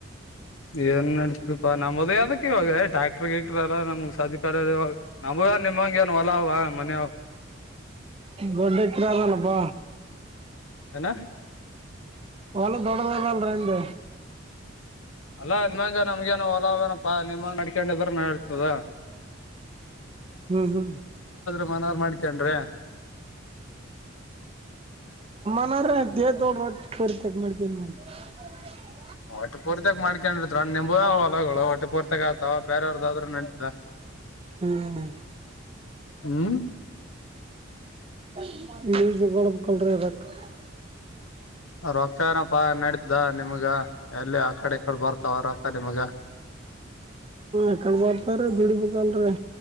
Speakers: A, on the left; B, on the right.
A: ಏನ್ ನಡತಪಾ ನಮ್ಮದೇ ಅದಕ್ಕೆ ಇವಾಗ ಟ್ಯಾಕ್ಟರ ಗಿಕ್ಟಲ್ಲ ನಮ್ಗ್ ಸಜ್ ಕಲೇಲ ಇವಾಗ ನ ನಿಮ್ಮಗೆನ್ ಹೊಲಾ ಅವ ಮನಿ ಅವಾ
B: ದೊಡ್ಡ ಇತ್ರರದಾನಪ್ಪ
A: ಏನ್
B: ಒಲ್ಲ ದೊಡ್ಡದದ ಹೆಂಗ್
A: ಅಲ್ಲಾ ನಿನ್ಮ್ಮಂಗ ನಮ್ಗಏನೋ ಹೊಲಾವೇನಪ್ಪ ನಿಮ್ಮಂಗ ನಡಡ್ಕೊಂಡಿದ್ರ ನಾ ಇರ್ತದ
B: ಹ್ಮ್ ಹ್ಮ್
A: ಮನೆವರ ಮಾಡ್ಕೊಂಡ್ರೆ
B: <unintelligible>
A: <unintelligible> ಮಾಡ್ಕೊಂಡ್ ನಿಂಬ ಹೊಲಗಳು ಒಟ್ಟ ಹೊರ್ತಾಗ ಆತಾವ ಬೇರವ್ರದಾದ್ರರು ನಡತದ
B: ಹ್ಮ್
A: <unintelligible>
B: <unintelligible>
A: ರೊಕ್ಕ ಏನಪಾ ನಡ್ದ ನಿಮ್ಗ ಎಲ್ಲಿ ಆ ಕಡೆ ಕಡೆ ಬರ್ತಾವ ರೊಕ್ಕ ನಿಮಗ
B: ಎಕಡೆ ಬರ್ತಾರೆ ಗುಡಿ ಬೇಕನ್ ರೀ